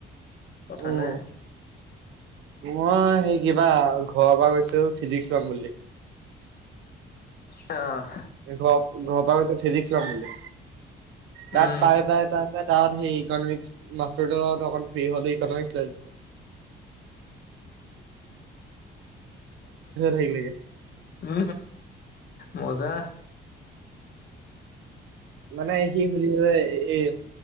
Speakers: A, on the left; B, on the right.
A: কথা
B: উম
A: নাই
B: মই সেই কিবা ঘৰৰ পৰা গৈছো ফিজিক্স লম বুলি
A: অ
B: ঘ ঘৰৰ ফিজীক্স লম বুলি তাত
A: উম,
B: পাই পাই প তাত তাৰ সেই ইকনমিক্স মাষ্টৰ যে ত ফ্ৰী হ' ইকনমিক্স লাগ থাকিলেগে
A: উ মজ যা
B: মানে সি হ যে এই